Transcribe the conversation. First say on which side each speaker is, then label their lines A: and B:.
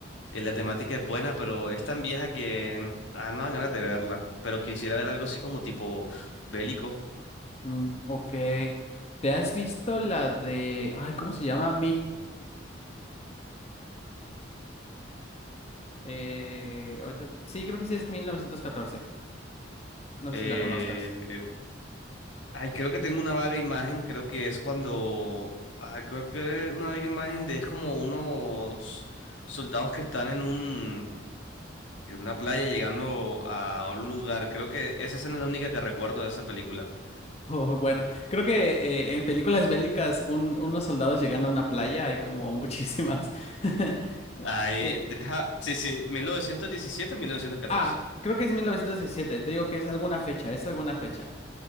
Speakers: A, on the left; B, on the left.
A: eh, la temática es buena, pero es tan vieja que ah, no dan ganas de verla, pero quisiera ver algo así como tipo bélico.
B: Mm, ok, ¿te has visto la de... Ay, ¿cómo se llama? Mil... eh, ahorita- Sí, creo que sí es 1914. No
A: Eh,
B: sé si la conozcas. <laughs>
A: Ay, creo que tengo una vaga imagen, creo que es cuando, ay, creo que es una vaga imagen de es como unos soldados que están en un, en una playa llegando a un lugar. Creo que esa escena es la única que recuerdo de esa película.
B: Oh, bueno, creo que eh, en películas bélicas un- unos soldados llegando a una playa hay como muchísimas. <laughs>
A: Ay,
B: Eh,
A: deja, sí, sí, mil mil novecientos diecisiete, mil novecientos catorce.
B: ah, creo que es 1917. Te digo que es alguna fecha, es alguna fecha.